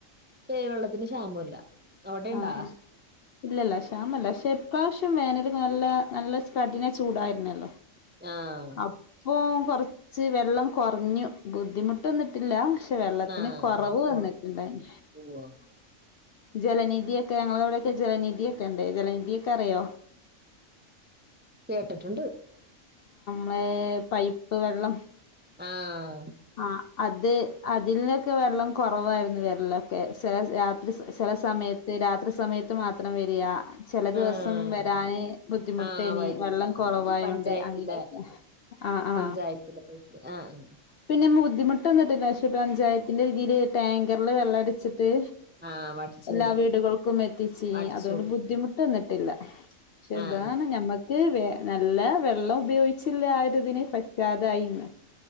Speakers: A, on the right; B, on the left.
A: ഏഹ് വെള്ളത്തിന് ക്ഷാമമില്ല അവിടെണ്ടാ
B: ആഹ ഇല്ലല്ല ശ്യാമല്ല ഇപ്രാവശ്യം വേനൽ നല്ല നല്ല കഠിന ചൂടായിരുന്നല്ലോ.
A: ആഹ്.
B: അപ്പൊ കൊറച്ച് വെള്ളം കുറഞ്ഞു. ബുദ്ധിമുട്ടൊന്നുപ്പില്ല്യ. വെള്ളത്തിന്
A: ആഹ്
B: കുറവ്
A: വെള്ളം കുറഞ്ഞു
B: വന്നിട്ടുണ്ടായി
A: പോവാ
B: ജലനിധിയൊക്കെ ഞങ്ങളവിടെയൊക്കെ ജലനിധിയൊക്കെ ഉണ്ട് ജലനിധിയൊക്കെ അറിയോ?
A: കേട്ടട്ടിണ്ട്.
B: മ്മ പൈപ്പ് വെള്ളം
A: ആഹ്.
B: ആഹ് അത് അതിൽന്നൊക്കെ വെള്ളം കുറവായിരുന്നു വരലൊക്കെ ചെല രാത്രി സ് സ് സമയത്ത് രാത്രി സമയത്ത് മാത്രം വരിയാ ചില ദിവസം
A: ആഹ്
B: വരാന് ബുദ്ധിമുട്ടേനി
A: ആഹ് വരൂല
B: വെള്ളം കൊറവായോണ്ട്
A: ഈ പഞ്ചായത്തിലെ
B: അങ്ങനേക്കെ ആ
A: പഞ്ചായത്തിലെ
B: ആ
A: പോയിട്ട് ആഹ്
B: <unintelligible> ബുദ്ധിമുട്ട് വന്നിട്ടില്ല പക്ഷെ പഞ്ചായത്തിന്റെ ഇതിയില് ടാങ്കറില് വെള്ളടിച്ചി ല്ല്
A: ആഹ് ആഹ് വടിച്ചു
B: എല്ലാം
A: തരും
B: വീടുകൾക്കും എത്തിച്ചേ
A: അടിച്ചു
B: അതുകൊണ്ട്
A: കൊടുക്കും
B: ബുദ്ധിമുട്ട് വന്നിട്ടില്ല. പക്ഷെ ഇതാണ്
A: ആഹ്
B: ഞമ്മക്ക് വേ നല്ല വെള്ളം ഉപയോഗിച്ചില്ല. ആര് ഇതിനെ പറ്റാതായിന്ന്.